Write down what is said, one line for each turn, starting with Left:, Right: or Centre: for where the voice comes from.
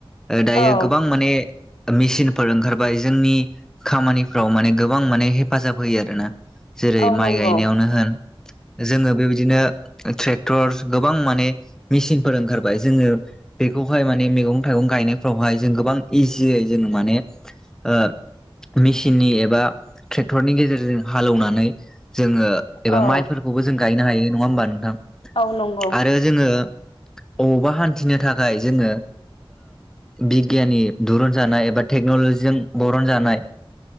Centre: दायो
Left: औ
Centre: गोबां माने मेसिनफोर ओंखारबाय जोंनि खामानिफ्राव माने गोबां माने हेफाजाब होयो आरो ना। जेरै
Left: औ
Centre: माइ
Left: नंगौ
Centre: गायनायावनो होन जोङो बेबायदिनो ट्रेक्टर गोबां माने मेसिनफोर ओंखारबाय जोङो बे खौहाय माने मैगं थाइगं गायनायफ्रावहाय जों गोबां इजियै जों माने ओ मेसिननि एबा ट्रेक्टरनि गेजेरजों हालौवनानै जोङो
Left: औ
Centre: एबा माइफोरखौबो जों गायनो हायो नङा होमबा नोंथां
Left: औ नंगौ
Centre: आरो जोङो बबावबा हान्थिनो थाखाय जोङो बिगियाननि दुरुन जानाय एबा टेक्न'लजिजों बरनजानाय